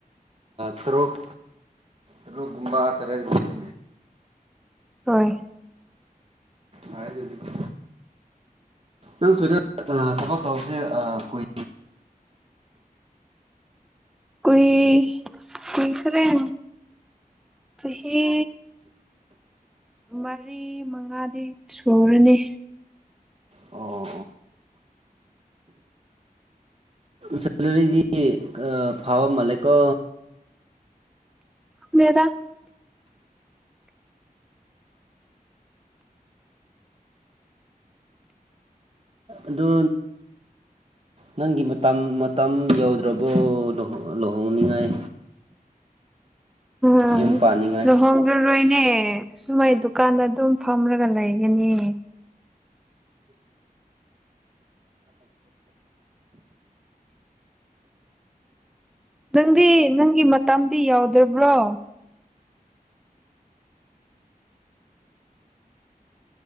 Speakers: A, on the right; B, in the centre.
A: ꯇꯔꯨꯛ ꯑꯗꯨꯨꯒꯨꯝꯕꯥ 'unintelligible'
B: ꯍꯣꯢ
A: ꯍꯥꯢꯗꯨꯗꯤ ꯅꯪ ꯁ꯭ꯋꯥꯢꯗ ꯑ ꯊꯕꯛ ꯇꯧꯕꯁꯦ ꯑ ꯀꯨꯢ
B: ꯑꯩꯣꯏ ꯀ ꯈꯔꯦꯅ ꯁꯤ ꯍ ꯃꯔꯤ ꯃꯉꯥꯗꯤ ꯁꯨꯔꯅꯤ
A: ꯑꯣ ꯁꯦꯂꯔꯤꯗꯤ ꯑꯥ ꯐꯥꯕ ꯃꯥꯂꯦꯀꯣ
B: ꯃꯦꯗꯥ
A: ꯑꯗꯨ ꯅꯪꯒꯤ ꯃꯇꯥꯝ ꯃꯇꯝ ꯌꯧꯗ꯭ꯔꯕꯣ ꯂꯨꯍꯣ ꯂꯨꯍꯣꯡꯅꯤꯡꯉꯥꯢ꯫
B: ꯑ
A: ꯌꯨꯝ ꯄꯥꯅꯤꯡꯉꯥꯏ
B: ꯂꯨꯍꯣꯡ ꯔꯔꯣꯢꯅꯦ ꯁꯨꯃꯥꯢ ꯗꯨꯀꯥꯟꯗ ꯑꯗꯨꯝ ꯐꯝꯔꯒ ꯂꯩꯒꯅꯦ ꯅꯪꯗꯤ ꯅꯪꯒꯤ ꯃꯇꯝꯗꯤ ꯌꯥꯎꯗ꯭ꯔꯕ꯭ꯔꯣ